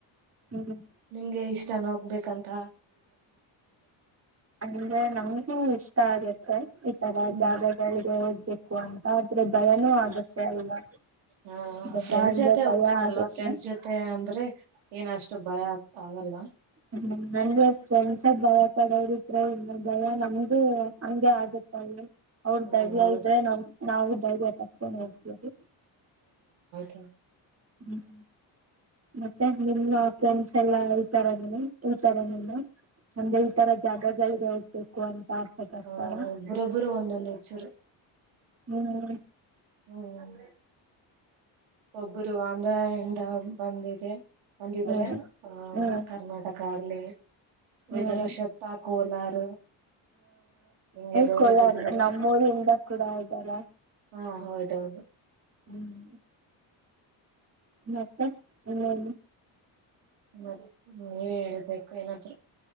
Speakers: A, on the right; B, on the right.
A: ಹ್ಮ್
B: ನಿಮ್ಗೆ ಇಷ್ಟ ನ ಆಗ್ಬೇಕಂತ
A: ಅಂದ್ರೆ ನಮಗೆ ಇಷ್ಟ ಇಷ್ಟ ಆಗುತ್ತೆ ಈ ತರ
B: ಹ್ಮ್
A: ಜಾಗ ಜಗೆ ಹೋಗ್ಬೇಕ ಹ ಅಂತ ಆದ್ರೆ ಭಯನೂ ಆಗತ್ತೆ ಅಲ್ವಾ
B: ಹಾ
A: ಭಯ
B: ಫ್ರೆಂಡ್ಸ್
A: ಅಂದ್ರೆ
B: ಜೊತೆ
A: ಭಯ
B: ಹೋಗ್ತೀನಲ್ವಾ
A: ಆಗತ್ತೆ
B: ಫ್ರೆಂಡ್ಸ್ ಜೊತೆ ಅಂದ್ರೆ ಏನಷ್ಟು ಭಯ ಆಗ್ತ ಆಗಲ್ಲ
A: ಹ್ಮ ಅಂದ್ರೆ ಫ್ರೆಂಡ್ಸ ಭಯ ಕಡೆ ಇಿದ್ರ ಇಲ್ಲ ಭಯ ನಮಗೂ ಹಂಗಗೆ ಆಗುತ್ತ ಅಲ್ಲಿ ಅವ್ರ
B: ಹ್ಮ
A: ಧೈರ್ಯ
B: ಹೌದು
A: ಇದ್ರೆ ನಮ ನಾವು ಧೈರ್ಯ ತಕ್ ಹೋಗಡ್ತೇವಿ
B: ಹ್ಮ
A: ಹ್ಮ್ ಮತ್ತೆ ನಿಮ್ಮ ಫ್ರೆಂಡ್ಸ್ ಎಲ್ಲಾ ಹೇಳ್ತಾರ ಹಳ್ತಾರೆ ನೀನು ಅಂದ್ರೆ ಈ ತರ ಜಾಗಗಳಿಗೆ ಹ ಬೇಕು ಅಂತ ಆಸೆ ಪಡ್ತಾರಾ
B: ಹ ಒಬ್ಬರೊಬ್ಬರು ಒಂದೊಂದು ಹೆಚ್ಚೂರು
A: ಹ್ಮ್
B: ಹ್ಮ್ ಒಬ್ಬರು ಅಂದ್ರ ಬಂದಿದೆ. ಬಂದಿದ್ರೆ
A: ಹ್ಮ್ ಹ್ಮ್
B: ಆ ಕರ್ನಾಟಕ ಅಲ್ಲಿ.
A: ಹ್ಮ್
B: ವಿದುರಶತ್ತ ಕೋಲಾರ ಹಿಂಗೆ
A: ಹ್ಮ
B: ಗೌರಿಬಿದನೂರು
A: ನಮ್ಮೂರಿಂದ ಕೂಡ ಇದ್ದಾರ
B: ಹಾ ಹೌದೌದು
A: ಹ್ಮ್. ಮತ್ತೆ ಇನ್ನೇನು.
B: ಮತ್ತೆ ನೀವ ಹೇಳ್ಬೇಕುಏನಾದ್ರು.